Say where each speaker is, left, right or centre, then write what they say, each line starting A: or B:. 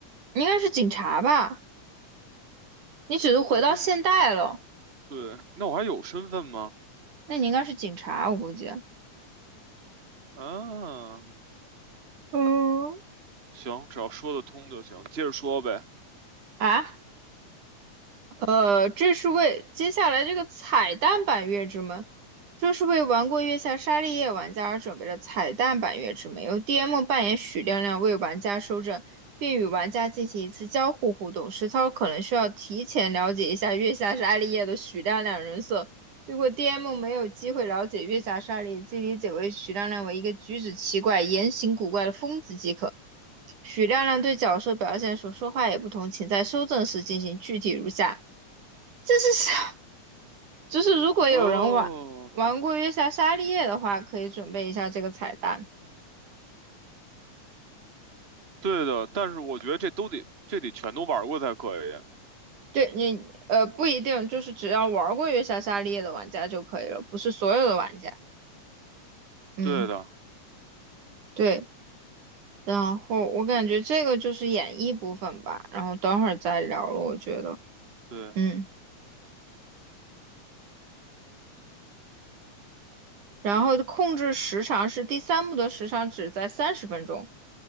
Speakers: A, on the right; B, on the right.
A: 应该是警察吧？你只是回到现代了，
B: 我不是，对，那我还有身份吗？
A: 那你应该是警察，我估计
B: 嗯，
A: 嗯，
B: 行，只要说得通就行，接着说呗。
A: 啊，呃，这是为接下来这个彩蛋版月之门，这是为玩过《月下沙利叶》玩家而准备的彩蛋版月之门，由 DM 扮演许亮亮为玩家收证，并与玩家进行一次交互互动。实操可能需要提前了解一下《月下沙利叶》的许亮亮人设，如果 DM 没有机会了解《月下沙利叶》，即理解为许亮亮为一个举止奇怪、言行古怪的疯子即可。许亮亮对角色表现所说话也不同，请在收证时进行，具体如下。这是啥？就是如果有人玩玩过月下沙利叶的话，
B: 哦。
A: 可以准备一下这个彩蛋。
B: 对的，但是我觉得这都得这得全都玩过才可以。
A: 对你，呃，不一定，就是只要玩过月下沙利叶的玩家就可以了，不是所有的玩家。嗯，
B: 对的，
A: 对。然后我感觉这个就是演绎部分吧，然后等会儿再聊了，我觉得。
B: 对
A: 嗯，然后控制时长是第三幕的时长只在三十分钟。